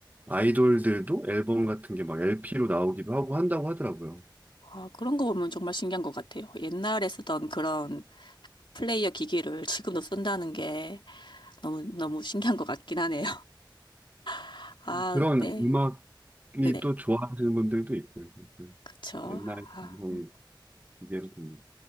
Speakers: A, on the right (about 20°); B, on the left (about 75°).
A: 아이돌들도 앨범 같은 게 막 LP로 나오기도 하고 한다고 하더라고요.
B: 아, 그런 거 보면 정말 신기한 것 같아요. 옛날에 쓰던 그런 플레이어 기기를 지금도 쓴다는 게 너무, 너무 신기한 것 같긴 하네요. <laughs> 아,
A: 그런
B: 네.
A: 음악이
B: 네네.
A: 또 좋아하시는 분들도 있고요. 아무튼
B: 그쵸.
A: 옛날
B: 아.
A: 감성의
B: 음.
A: 기계로 좀.